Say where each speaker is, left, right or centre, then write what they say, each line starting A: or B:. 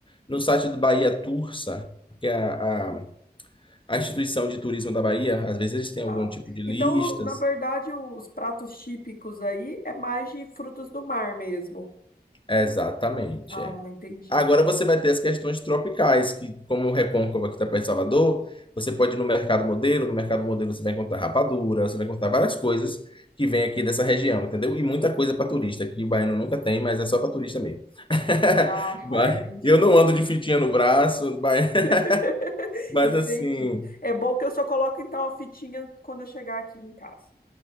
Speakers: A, on the left; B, on the left.
A: no site do Bahia Tursa, que é a, a, a instituição de turismo da Bahia. Às vezes eles têm algum
B: Tá.
A: tipo de listas.
B: Então, na verdade, os pratos típicos aí é mais de frutos do mar mesmo.
A: Exatamente,
B: Ah,
A: é.
B: entendi.
A: Agora você vai ter as questões tropicais, que como o Recôncavo aqui está perto de Salvador, você pode ir no mercado modelo, no mercado modelo você vai encontrar rapadura, você vai encontrar várias coisas que vem aqui dessa região, entendeu? E muita coisa para turista, que o baiano nunca tem, mas é só para turista mesmo. <laughs>
B: Ah,
A: Mas
B: ah, entendi.
A: eu não ando de fitinha no braço, mas, <laughs>
B: <laughs>
A: mas
B: Entendi.
A: assim,
B: É bom que eu só coloco então a fitinha quando eu chegar aqui em casa.